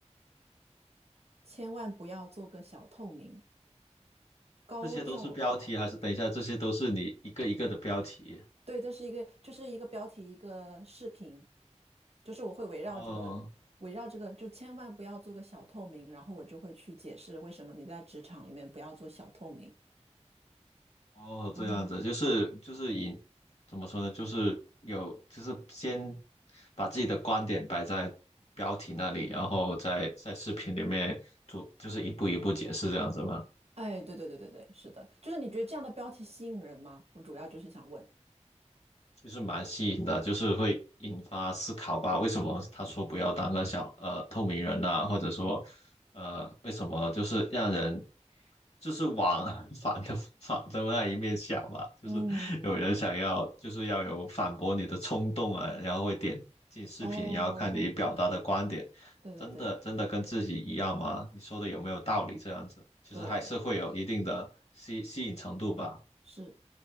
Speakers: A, on the right; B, on the left.
A: 千万不要做个小透明，高调。
B: 这些都是标题，还是等一下，这些都是你一个一个的标题？
A: 对，这是一个，就是一个标题，一个视频，就是我会围绕这个，
B: 哦
A: 围绕这个，就千万不要做个小透明，然后我就会去解释为什么你在职场里面不要做小透明。
B: 哦，
A: 嗯，
B: 这样子，就是就是以怎么说呢，就是有就是先把自己的观点摆在标题那里，然后在在视频里面做，就是一步一步解释这样子吗？
A: 哎，对对对对对，是的，就是你觉得这样的标题吸引人吗？我主要就是想问。
B: 其实蛮吸引的，就是会引发思考吧。为什么他说不要当个小呃透明人呐、或者说，呃，为什么就是让人就是往 <laughs> 反的反的那一面想吧？就是有人想要就是要有反驳你的冲动啊，
A: 嗯，
B: 然后会点进视频，
A: 哦，
B: 然后看你表达的观点，
A: 对对对
B: 真的真的跟自己一样吗？你说的有没有道理？这样子其实还是会有一定的吸吸引程度吧。
A: 对，是。